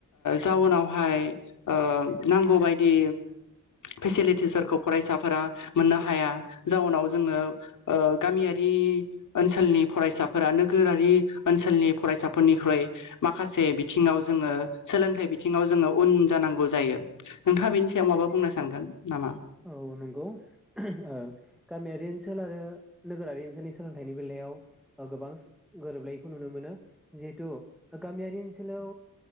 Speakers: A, on the left; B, in the centre.
A: जाउनावहाय ओह नांगौ बायदि फेसिलिटिस फोरखौ फरायसाफोरा मोननो हाया जाउनाव जोङो ओह गामियारि ओनसोलनि फरायसाफोरा नोगोरारि ओनसोलनि फरायसाफोरनिख्रुइ माखासे बिथिङाव जोङो सोलोंथाइ बिथिङाव जोङो उन जानांगौ जायो। नोंथाङा बेनि सायाव माबा बुंनो स? सानगोन नामा?
B: औ नंगौ ओह गामियारि ओनसोल आरो नोगोरारि ओनसोलनि सोलोंथाइनि बेलायाव ओ गोबां गोरोबलायैखौ नुनो मोनो। जिहेथु गामियारि ओनसोलाव